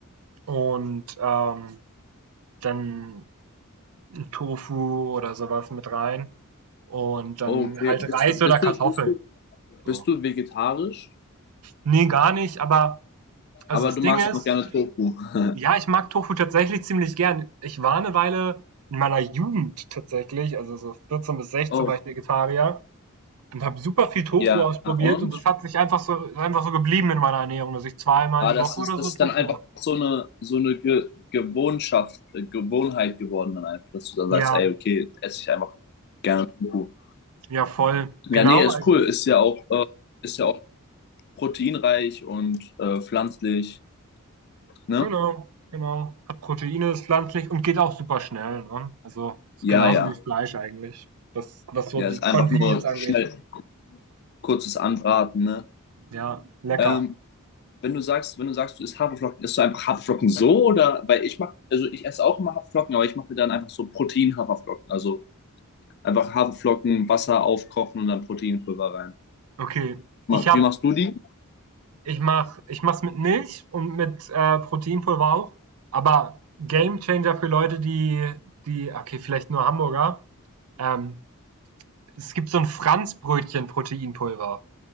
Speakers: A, on the right (about 80°); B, on the left (about 50°).
A: und ähm, dann ein Tofu oder sowas mit rein. Und dann
B: Oh, Okay,
A: halt
B: bist
A: Reis
B: du,
A: oder
B: bist
A: Kartoffeln.
B: du, bist du,
A: So.
B: bist du vegetarisch?
A: Nee, gar nicht, aber also
B: Aber
A: das
B: du
A: Ding
B: magst
A: ist,
B: einfach gerne Tofu. <laughs>
A: ja, ich mag Tofu tatsächlich ziemlich gern. Ich war eine Weile in meiner Jugend tatsächlich, also so 14 bis 16
B: Oh,
A: war ich Vegetarier. Und habe super viel Tofu
B: ja,
A: ausprobiert
B: und?
A: und das hat sich einfach so ist einfach so geblieben in meiner Ernährung, dass ich zweimal
B: Aber
A: die
B: das
A: Woche
B: ist,
A: oder
B: das
A: so
B: ist
A: Tofu
B: dann einfach
A: mache.
B: so eine, so eine Ge Gewohnschaft, äh, Gewohnheit geworden dann einfach, dass du dann
A: Ja,
B: sagst, ey, okay, esse ich einfach gerne Tofu.
A: ja, voll.
B: Ja,
A: Genau,
B: nee, ist
A: also
B: cool. Ist ja auch, äh, ist ja auch proteinreich und äh, pflanzlich, ne?
A: genau, genau. Hat Proteine, ist pflanzlich und geht auch super schnell, ne? Also, ist
B: Ja,
A: genauso
B: ja.
A: wie Fleisch eigentlich, was was so
B: Ja,
A: die
B: ist einfach
A: Convenience
B: nur
A: angeht.
B: schnell kurzes Anbraten, ne?
A: Ja, lecker.
B: Ähm, wenn du sagst, wenn du sagst, du isst Haferflocken, isst du einfach Haferflocken so oder? Weil ich mach, also ich esse auch immer Haferflocken, aber ich mache mir dann einfach so Protein-Haferflocken. Also Einfach Haferflocken, Wasser aufkochen und dann Proteinpulver rein.
A: Okay, ich habe
B: Wie machst du die?
A: ich mache ich mache es mit Milch und mit, äh, Proteinpulver auch, aber Gamechanger für Leute, die die okay, vielleicht nur Hamburger, ähm es gibt so ein Franzbrötchen-Proteinpulver.